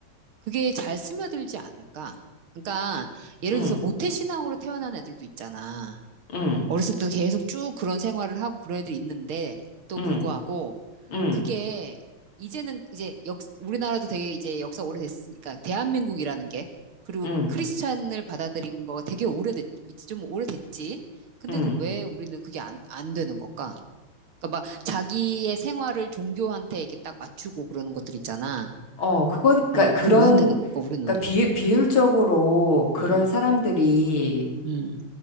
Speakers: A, on the right (about 85°); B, on the left (about 75°).
A: 그게 잘 스며들지 않을까? 그러니까 예를
B: 음,
A: 들어서 모태 신앙으로 태어난 애들도 있잖아.
B: 음,
A: 어렸을 때도 계속 쭉 그런 생활을 하고 그런 애들이 있는데 또
B: 음,
A: 불구하고
B: 음,
A: 그게 이제는 이제 역 우리나라도 되게 이제 역사 오래됐으니까 대한민국이라는 게 그리고
B: 음,
A: 크리스찬을 받아들인 거 되게 오래됐 좀 오래됐지. 근데도
B: 음.
A: 왜 우리는 그게 안, 안 되는 걸까? 그러니까 막 자기의 생활을 종교한테 이렇게 딱 맞추고 그러는 것들 있잖아.
B: 어, 그거, 그러니까
A: 어,
B: 그런,
A: 그거 왜 안 되는 걸까, 우리는?
B: 그러니까 비, 비율적으로 그런
A: 음.
B: 사람들이
A: 음,